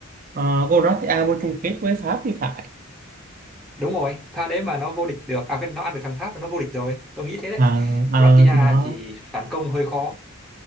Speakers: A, on the right; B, in the centre.
A: uh, Croatia vô chung kết với Pháp thì phải
B: đúng rồi pha đấy mà nó vô địch được à cái nó ăn được thằng Pháp nó vô địch rồi tôi nghĩ thế đấy
A: ờ ờ,
B: Croatia
A: thì đó
B: thì phản công hơi khó